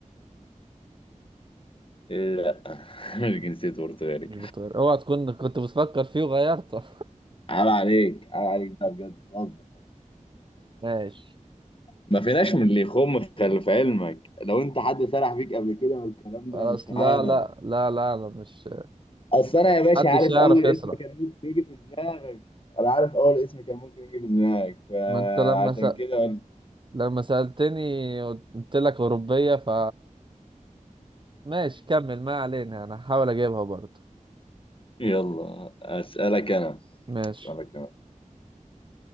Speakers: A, on the left; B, on the right.
A: إيه، لا <laughs> مش جنسية برتغالي
B: مش برتغالي اوعى تكون كنت بتفكر فيه وغيرته
A: عيب عليك عيب عليك ده بجد بتهزر
B: <laughs> ماشي
A: ما فيناش من اللي يخم خلف علمك لو انت حد سرح بيك قبل كده والكلام
B: خلاص
A: ده مش
B: لا
A: معانا
B: لا لا لا انا مش
A: اصل انا يا باشا
B: محدش
A: عارف
B: يعرف
A: اول
B: يسرح
A: اسم كان ممكن يجي في دماغك انا عارف اول اسم كان ممكن يجي في دماغك فعشان
B: ما انت لما س...
A: كده قلت
B: لما سألتني قلت لك أوروبية ف ماشي كمل ما علينا أنا هحاول أجيبها برضه
A: يلا أسألك أنا
B: ماشي
A: أسألك أنا